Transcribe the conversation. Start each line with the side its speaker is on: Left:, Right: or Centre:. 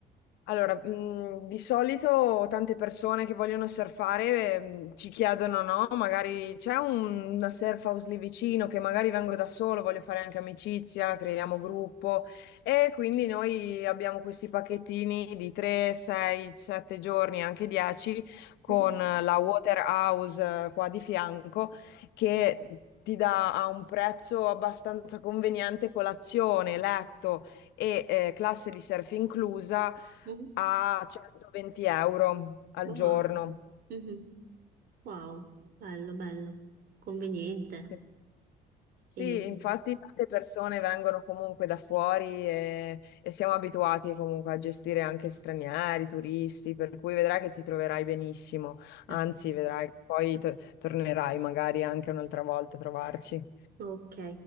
Left: Allora, mh, di solito tante persone che vogliono surfare, mh, ci chiedono, no? Magari c'è un- una surf house lì vicino che magari vengo da solo, voglio fare anche amicizia, creiamo gruppo e quindi noi abbiamo questi pacchettini di 3, 6, 7 giorni, anche 10 con
Right: Mhm,
Left: la Water House eh, qua di fianco che ti dà a un prezzo abbastanza conveniente colazione, letto e eh, classe di surf inclusa
Right: mhm.
Left: a 120 euro al
Right: Wow.
Left: giorno.
Right: Mhm. Wow, bello, bello. Conveniente.
Left: Sì. Sì,
Right: E...
Left: infatti tante persone vengono comunque da fuori e, e siamo abituati comunque a gestire anche stranieri, turisti, per cui vedrai che ti troverai benissimo.
Right: capito.
Left: Anzi, vedrai che poi to- tornerai magari anche un'altra volta a trovarci.
Right: Ok,